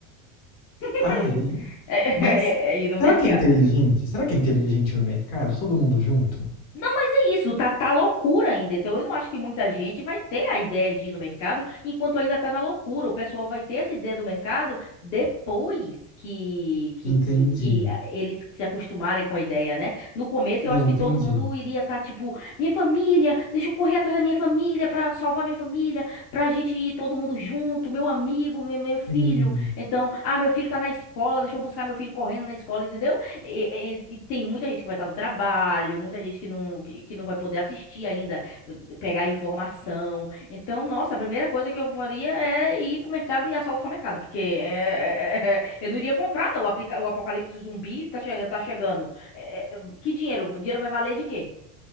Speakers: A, on the left; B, on the left.
A: <laughs>
B: Ah, é?
A: é
B: Mas
A: é- é ir no
B: será
A: mercado.
B: que é inteligente? Será que é inteligente no mercado? Todo mundo junto?
A: Não, mas é isso, tá, tá loucura ainda. Então, eu não acho que muita gente vai ter a ideia de ir no mercado enquanto ainda tá na loucura. O pessoal vai ter essa ideia do mercado depois que, que,
B: Entendi.
A: que, que ah, eles se acostumarem com a ideia, né? No começo, eu
B: Não,
A: acho que
B: entendi.
A: todo mundo iria estar tipo: minha família, deixa eu correr atrás da minha família pra salvar minha família, pra gente ir todo mundo junto, meu amigo, meu, meu filho.
B: Sim.
A: Então, ah, meu filho tá na escola, deixa eu buscar meu filho correndo na escola, entendeu? E, e- e tem muita gente que vai estar no trabalho, muita gente que não, que, que não vai poder assistir ainda, pegar informação. Então, nossa, a primeira coisa que eu faria é ir pro mercado e assaltar o mercado, porque é, é, é, eu não iria comprar, não. O aplica- o apocalipse zumbi tá, che- tá chegando. É, é, que dinheiro? O dinheiro vai valer de quê?